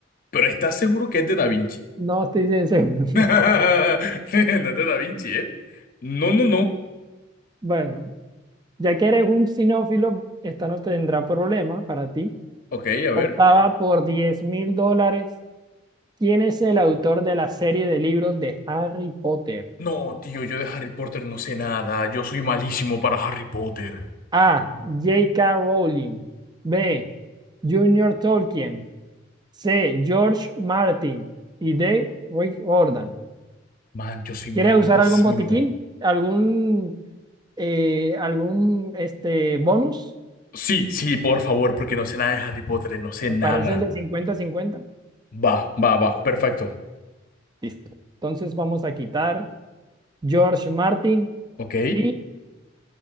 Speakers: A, on the left; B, on the right.
A: Pero estás seguro que es de Da Vinci.
B: No estoy bien seguro.
A: <laughs>
B: <laughs>
A: No es de Da Vinci, ¿eh? No, no, no.
B: Bueno, ya que eres un sinófilo, esta no tendrá problema para ti.
A: Ok, a
B: Octava
A: ver.
B: por diez mil dólares. ¿Quién es el autor de la serie de libros de Harry Potter?
A: No, tío, yo de Harry Potter no sé nada. Yo soy malísimo para Harry Potter.
B: A. J K Rowling. B. Junior Tolkien. C. George Martin. Y D. Rick Jordan.
A: Man, yo soy malísimo.
B: ¿Quieres usar algún botiquín? ¿Algún eh, algún este, bonus,
A: Sí, sí, por favor, porque no sé nada de Harry Potter, no sé
B: me
A: nada.
B: parece el de cincuenta cincuenta
A: Va, va, va, perfecto.
B: Listo. Entonces vamos a quitar George Martin
A: Ok,
B: y,